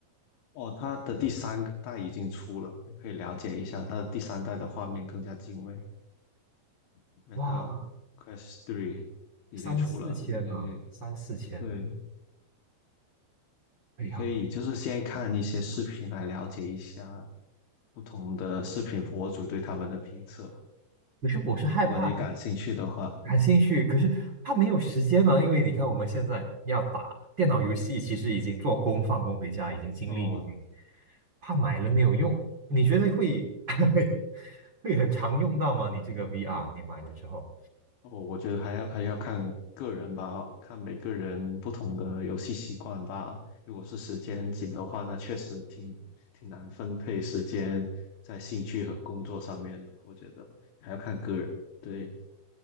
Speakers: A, on the left; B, on the right.
A: 哦，它的第三个代已经出了，你可以了解一下。它的第三代的画面更加精畏因为它
B: 哇，
A: Quest 3已经出了，
B: 三四千啊，
A: 你可以，
B: 三四千，
A: 对，
B: 哎呀，
A: 你可以就是先看一些视频来了解一下不同的视频博主对他们的评测，
B: 不是我是害怕。
A: 如果你感兴趣的话。
B: 感兴趣，可是他没有时间呢，因为你看我们现在要打电脑游戏，其实已经做工放工回家，已经精力已经，
A: 哦，
B: 怕买了没有用。你觉得会 <laughs> 会很常用到吗？你这个 VR，你买了之后。
A: 哦，我觉得还要还要看个人吧，看每个人不同的游戏习惯吧。如果是时间紧的话，那确实挺挺难分配时间在兴趣和工作上面的。我觉得还要看个人。对，